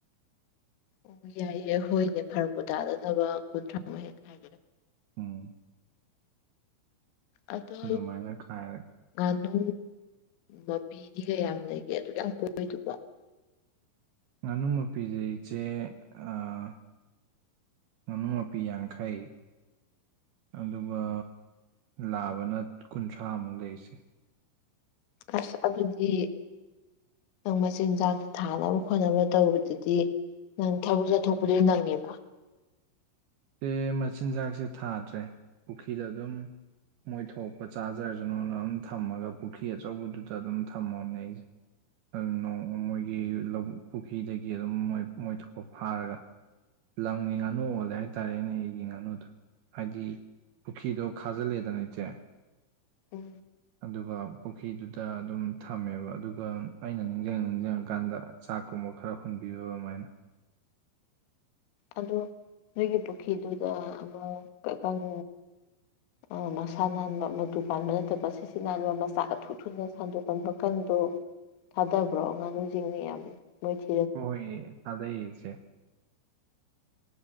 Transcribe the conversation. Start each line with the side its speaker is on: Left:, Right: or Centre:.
Left: ꯑꯣ ꯌꯥꯏꯌꯦ ꯍꯣꯏꯅꯦ ꯐꯔꯛꯄꯨ ꯇꯥꯗꯅꯕ ꯀꯨꯟꯊ꯭ꯔꯥꯃꯨꯛ ꯍꯦꯛ ꯈꯥꯏꯔꯣ
Right: ꯎꯝ
Left: ꯑꯗꯣ
Right: ꯑꯗꯨꯃꯥꯏꯅ ꯈꯥꯏꯔꯒꯦ
Left: ꯉꯥꯅꯨ ꯃꯄꯤꯗꯤ ꯀꯌꯥꯝ ꯂꯩꯒꯦ ꯑꯗꯨꯛꯌꯥꯝ ꯀꯣꯛꯏꯗꯨꯕꯣ
Right: ꯉꯥꯅꯨ ꯃꯄꯤꯖꯦ ꯏꯆꯦ ꯑꯥ ꯉꯥꯅꯨ ꯃꯄꯤ ꯌꯥꯡꯈꯩ ꯑꯗꯨꯒ ꯂꯥꯕꯅ ꯀꯨꯟꯊ꯭ꯔꯥꯃꯨꯛ ꯂꯩ ꯏꯆꯦ
Left: ꯑꯁ ꯑꯗꯨꯗꯤ ꯅꯪ ꯃꯆꯤꯟꯖꯥꯛ ꯊꯥꯅꯕ ꯈꯣꯠꯅꯕ ꯇꯧꯕꯗꯨꯗꯤ ꯅꯪ ꯊꯕꯛ ꯆꯠꯊꯣꯛꯄꯗꯨꯗꯤ ꯅꯪꯉꯤꯕꯥ
Right: ꯑꯦ ꯃꯆꯤꯟꯖꯥꯛꯁꯦ ꯊꯥꯗ꯭ꯔꯦ ꯄꯨꯈꯤꯗ ꯑꯗꯨꯝ ꯃꯣꯏ ꯊꯣꯛꯄ ꯆꯥꯖꯔꯖꯅꯣꯅ ꯑꯗꯨꯝ ꯊꯝꯃꯒ ꯄꯨꯈ꯭ꯔꯤ ꯑꯆꯧꯕꯗꯨꯗ ꯑꯗꯨꯝ ꯊꯝꯃꯕꯅꯦ ꯑꯩꯖꯦ ꯎꯝ ꯅꯣꯡ ꯃꯣꯏꯒꯤ ꯂꯧ ꯄꯨꯈꯤꯗꯒꯤ ꯑꯗꯨꯝ ꯃꯣꯏ ꯃꯣꯏ ꯊꯣꯛꯄ ꯐꯥꯔꯒ ꯂꯝꯒꯤ ꯉꯥꯅꯨ ꯑꯣꯜꯂꯦ ꯍꯥꯏ ꯇꯥꯔꯦꯅꯦ ꯑꯩꯒꯤ ꯉꯥꯅꯨꯗꯣ ꯍꯥꯏꯗꯤ ꯄꯨꯈꯤꯗꯣ ꯈꯥꯖꯤꯜꯂꯦꯗꯅ ꯏꯆꯦ
Left: ꯎꯝ
Right: ꯑꯗꯨꯒ ꯄꯨꯈꯤꯗꯨꯗ ꯑꯗꯨꯝ ꯊꯝꯃꯦꯕ ꯑꯗꯨꯒ ꯑꯩꯅ ꯅꯤꯡꯖꯤꯡꯉ ꯅꯤꯡꯖꯤꯡꯉꯀꯥꯟꯗ ꯆꯥꯛꯀꯨꯝꯕ ꯈꯔ ꯍꯨꯟꯕꯤꯕ ꯑꯃꯥꯏꯅ
Left: ꯑꯗꯣ ꯅꯣꯏꯒꯤ ꯄꯨꯈꯤꯗꯨꯗ ꯑꯃ ꯀ ꯀꯪ ꯑ ꯃꯁꯥ ꯅꯥꯟꯕ ꯃꯇꯨ ꯄꯥꯟꯕ ꯅꯠꯇꯕ ꯁꯤꯁꯤꯠ ꯅꯥꯟꯕ ꯃꯆꯥꯀ ꯊꯨ ꯊꯨꯅ ꯁꯟꯗꯣꯛꯀꯟꯕ ꯀꯡꯗꯣ ꯊꯥꯗꯕ꯭ꯔꯣ ꯉꯥꯅꯨꯖꯤꯡꯅ ꯌꯥꯝ ꯃꯣꯏꯗꯤ
Right: ꯍꯣꯏꯌꯦ ꯊꯥꯗꯩꯌꯦ ꯏꯆꯦ